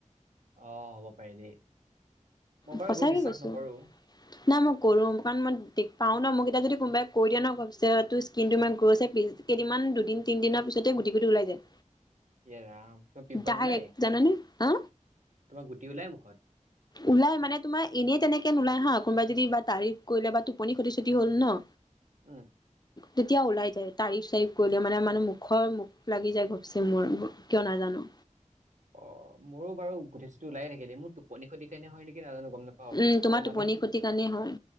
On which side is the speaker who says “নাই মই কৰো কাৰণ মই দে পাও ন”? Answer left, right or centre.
Left